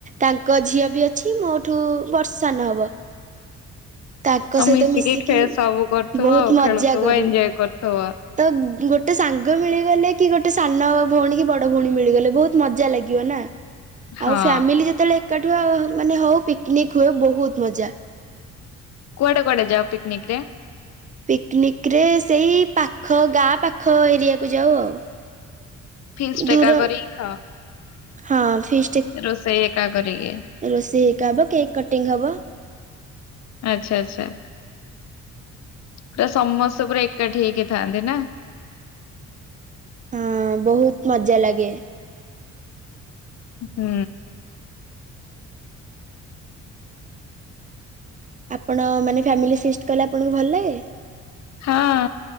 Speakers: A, on the right; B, on the left.
A: ତାଙ୍କ ଝିଅ ବି ଅଛି ମୋଠୁ ବର୍ଷେ ସାନ ହବ। ତାଙ୍କ
B: ଆଉ
A: ସହିତ ମିଶିକି
B: ଖେ ସବୁ କରୁଥିବ
A: ବହୁତ
B: ଆଉ
A: ମଜା
B: ଖେଳୁଥିବ
A: କରୁ।
B: ଏଞ୍ଜୟ କରୁଥିବ।
A: ତ ଗୋଟେ ସାଙ୍ଗ ମିଳିଗଲେ କି ଗୋଟେ ସାନ ଭଉଣୀ କି ବଡ ଭଉଣୀ ମିଳିଗଲେ ବହୁତ - ଭଲ ଲାଗିବ ନା,
B: ହଁ
A: ଆଉ ଫାମିଲି ଯେତେବେଳେ - ଏକାଠୁଆ ମାନେ ହଉ ପିକ୍ନିକ ହଉ, ବହୁତ ମଜା।
B: କୁଆଡେ କୁଆଡେ ଯାଅ ପିକନିକ ରେ?
A: ପିକନିକ ରେ ସେଇ ପାଖ ଗାଁ ପାଖ ଏରିଆକୁ ଯାଉ ଆଉ।
B: ଫିସ
A: ଦୂର
B: ଟେକା କରି ଖାଅ।
A: ହଁ ଫି
B: ରୋଷେଇ ଏକା କରିକି।
A: ରୋଷେଇ ହେଇକା ହବ, କେକ୍ କଟିଙ୍ଗ ହବ।
B: ଆଛା ଆଛା। ପୁରା ସମସ୍ତେ ପୁରା ଏକାଠି ହେଇକି ଥାଆନ୍ତି ନା। <inaudible>
A: ହଁ ବହୁତ ମଜା ଲାଗେ।
B: ହୁଁ।
A: ଆପଣ ମାନେ ଫ୍ୟାମିଲି ସିଷ୍ଟ କଲେ ଆପଣଙ୍କୁ ଭଲ ଲାଗେ?
B: ହଁ।